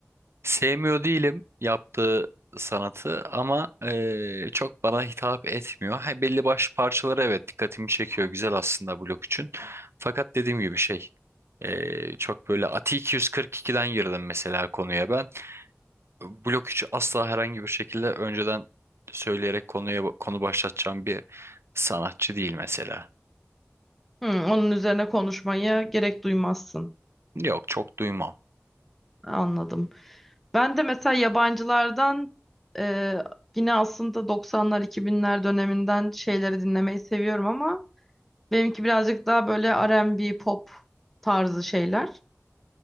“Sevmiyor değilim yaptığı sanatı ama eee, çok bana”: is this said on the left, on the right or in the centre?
Right